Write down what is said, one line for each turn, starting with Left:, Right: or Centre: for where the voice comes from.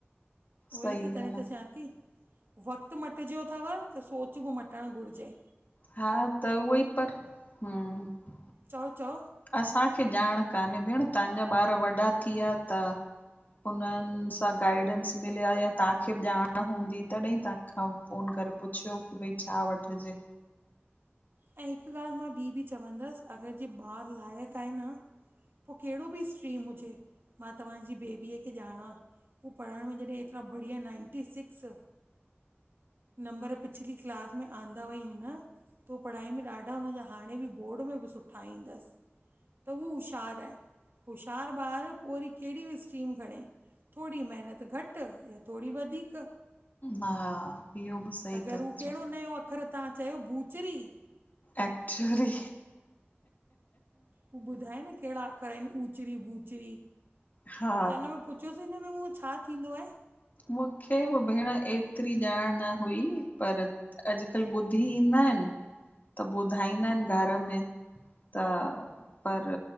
Right: उह
Left: सही
Right: ई त तॾहि
Left: ॻाल्हि आ,
Right: त चवां ती। वक़्त मटिजी वयो थव। त सोच बि मटण घुरजे।
Left: हा त उहोई पर हम्म
Right: चओ चओ
Left: असांखे <inaudible> ॼाण कान्हे भेण। तव्हांजा ॿार वॾा थी वया तव। हुनन सां गाइडेंस मिलिया या तव्हांखे ॼाण हूंदी तॾहिं तव्हां खां फोन क करे पुछियो की भई छा वठजे?
Right: ऐं हिक ॻाल्ह मां ॿी बि चवंदस। अगर जे ॿार लायक आहे न पो केड़ो बि स्ट्रीम हुजे मां तव्हांजी बेबीअ खे ॾाणा। हू पढ़ण में जॾहिं एतरा बढ़िया नाइंटी सिक्स नंबर पिछली क्लास में आंदा हुयई न त पढ़ाई में ॾाढा हुनजा हाणे बि बोर्ड में बि सुठा ईंदस त हू हूशार आहे। हूशार ॿार पो वरी केहड़ी बि स्ट्रीम खणे थोडी मेहनत घट या थोडी वधीक
Left: हा इहो बि सही
Right: अगरि
Left: था
Right: हू
Left: चओ।
Right: कहिड़ो नयो अखर तव्हां चयो भूचरी
Left: एक्चुरी
Right: हू ॿुधाए न कहिड़ा अख़र आहिनि ऊचरी बूचरी
Left: हा
Right: त हिन में पुछियोसि हिन में हूहो छा थींदो आहे?
Left: मूंखे बि भेण एतिरी ॼाण न हुई पर अॼुकल्ह ॿुधी ई न त ॿुधाईंदा आहिनि घर में त पर